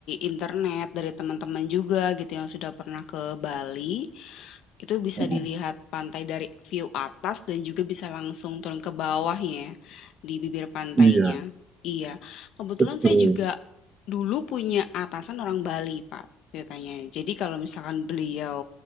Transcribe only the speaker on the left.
internet, dari teman-teman juga gitu yang sudah pernah ke Bali, Itu bisa
dilihat pantai dari view atas dan juga bisa langsung turun ke bawahnya di bibir pantainya.
Iya, kebetulan
saya juga dulu punya atasan orang Bali, Pak, ceritanya. Jadi kalau misalkan beliau